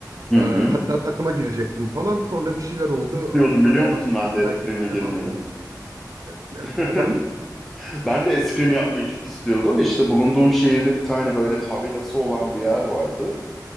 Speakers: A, in the centre; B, on the right.
A: Hı
B: Ee, hatta
A: hı.
B: takıma girecektim falan. Sonra bir şeyler oldu.
A: Diyordum
B: Araya
A: biliyor musun
B: başka
A: ben
B: bir
A: de eskrime
B: şeyler girdi.
A: girmeyi.
B: Devam edemedim. E-
A: <laughs>
B: efendim?
A: Ben de eskrim yapmayı çok istiyordum. İşte bulunduğum şehirde bir tane böyle tabelası olan bir yer vardı.